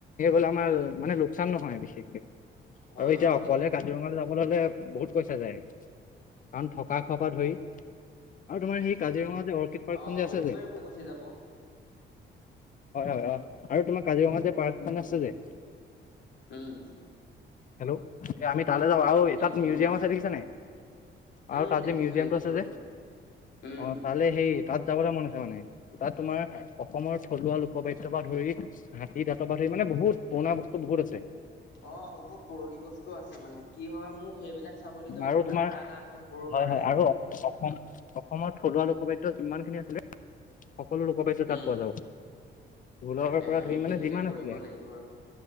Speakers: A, on the left (about 45°); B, on the left (about 65°).
A: তো আমাৰ‌ লোকচান বিশেষ কে
B: হয়
A: অ আৰু এতিয়া।
B: বাৰু
A: কাজিৰঙা যাবলৈ কব গলে বহুত পইছা যায় কাৰণ থকা খোৱাৰ পৰা ধৰি আৰু তোমাৰ সেই কাজিৰঙা যে অৰ্কিড পাৰ্কখন
B: অ
A: যে আছে
B: ৱেবছাইট
A: যে
B: গুচি যাব
A: হয় হয় হয় আৰু তোমাৰ কাজিৰঙা যে পাৰ্কখন আছে যে-
B: উম
A: হেল্ল' এ আমি তালৈ যাম
B: অ
A: আৰু
B: শুনি
A: এ তাত
B: আছো
A: মিউজিয়াম
B: শুনি আছো
A: আছে দেখিছে নে আৰু
B: উম
A: তাত
B: দেখিছো
A: যে মিউজিয়াম
B: দেখিছো
A: টো আছে যে
B: উম
A: অহ তাত সেই তাত যাবলৈ মন। হয় মানে তাত তোমাৰ অসমৰ থলুৱা লোকবাদ্যয় পৰা ধৰি হাতী দাঁত বা ধৰি মানে বহুত পুৰণা বস্তু বহুত আছে।
B: অ বহুত পুৰণি বস্তু আছে মানে কি হয় মোক সেইবিলাক চাবলৈকে
A: আৰু
B: বহুত
A: তোমাৰ
B: আশা এটা আছে সৰুৰ
A: হয়
B: পৰা।
A: আৰু অসম অসমৰ থলুৱা লোকবাদ্য যিমান খিনি আছিলে। সকলো লোকবাদ্য তাত
B: উম
A: পোৱা যাব। ঢোলৰ
B: তাকে
A: পৰা
B: আমি
A: ধৰি মানে
B: সেইটোকে
A: যিমান
B: কৰিব
A: আছিলে
B: লাগিব আৰু